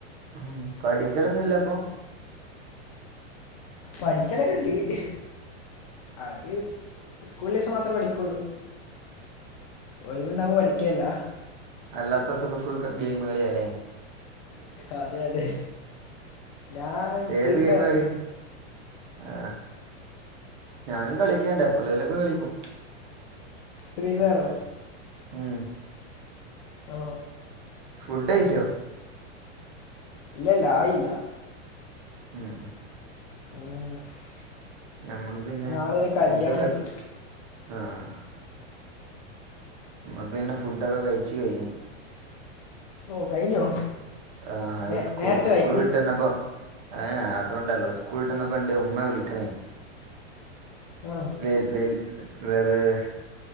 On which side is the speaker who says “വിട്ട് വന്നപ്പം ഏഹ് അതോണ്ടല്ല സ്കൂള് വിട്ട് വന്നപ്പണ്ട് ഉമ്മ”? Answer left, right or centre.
Right